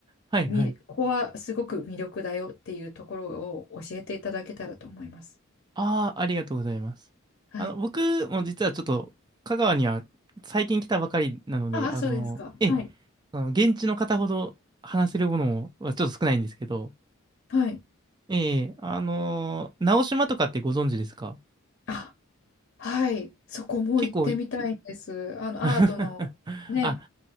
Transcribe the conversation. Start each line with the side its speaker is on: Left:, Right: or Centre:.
Right: はいはい。
Left: みここはすごく魅力だよっていうところを教えていただけたらと思います。
Right: ああ、ありがとうございます。
Left: はい、
Right: あの、僕も実はちょっと、香川には最近来たばかりなので、
Left: ああ、
Right: あの、
Left: そうですか。
Right: ええ、
Left: はい。
Right: あの、現地の方ほど話せるものはちょっと少ないんですけど、
Left: はい。
Right: ええ、あの、直島とかってご存知ですか
Left: あ、はい。そこも行ってみたいんです。
Right: 結構、
Left: あの、
Right: <laughs>
Left: アートのね、
Right: あ、